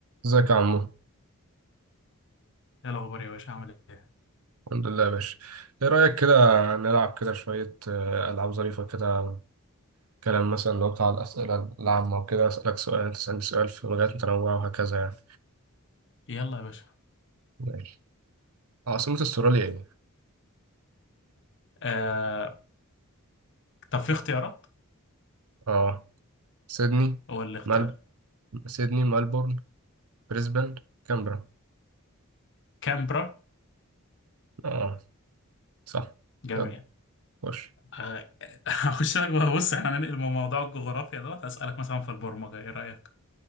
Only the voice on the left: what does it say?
ايه الاخبار يا باشا عامل ايه
يلا يا باشا
آه... طب في اختيارات
هو اللي اختيار
كامبرا
جميع
آه... <laughs> هخش لك بقى بص احنا هننقل من موضوع الجغرافيا دوت هسألك مثلا في البرمجة ايه رأيك